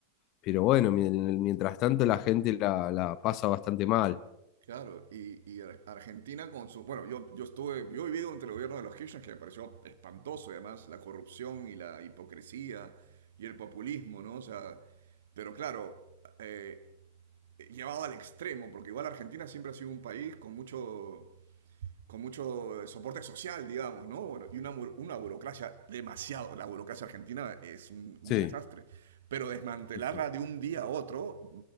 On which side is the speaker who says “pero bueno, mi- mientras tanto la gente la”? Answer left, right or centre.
Left